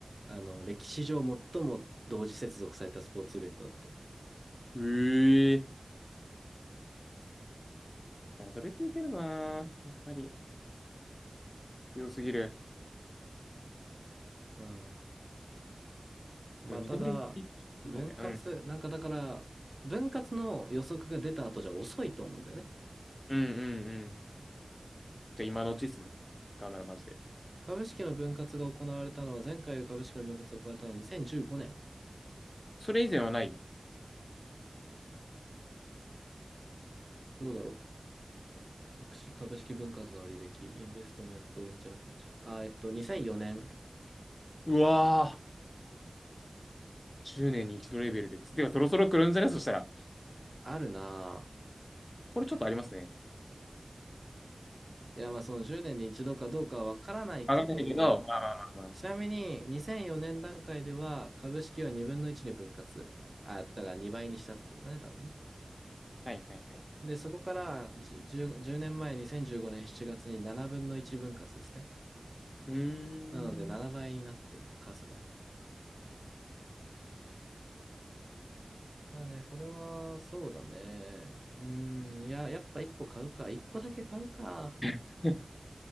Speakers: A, on the right; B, on the left.
A: あの、歴史上最も同時接続されたスポーツイベントだって。
B: ええなんかそれ聞いてるな。やっぱり。強すぎる。
A: うん。まあ、
B: いや二刀流
A: ただ、分割、
B: のね、俺うん。
A: なんかだから、分割の予測が出た後じゃ遅いと思うんだよね。
B: うんうんうん。じゃあ今のうちっすね。買うならマジで。
A: 株式の分割が行われたのは、前回株式の分割が行われたのは2015年。
B: それ以前はない
A: どうだろう株式分割の履歴、インベストメント、うんちゃらかんちゃら。あ、えっと、2004年。
B: うわぁ。10年に一度レベルで。ではそろそろ来るんじゃないそしたら。
A: あるな
B: これちょっとありますね。
A: ぁ。いや、まあ、その10年に一度かどうかはわからないけど、
B: わかんないけど、まあまあまあま
A: ちなみに2004年段階では株式を2分の1に分割。あ、だから2倍にしたってことだね、多分ね。
B: あ。はいはいはい。
A: で、そこからじゅ 10, 10年前、2015年7月に7分の1分割ですね。
B: うーん。
A: なので7倍になってると数が。だね、これは、そうだね。うーん、いや、やっぱ1個買うか。1個だけ買うか。
B: <laughs>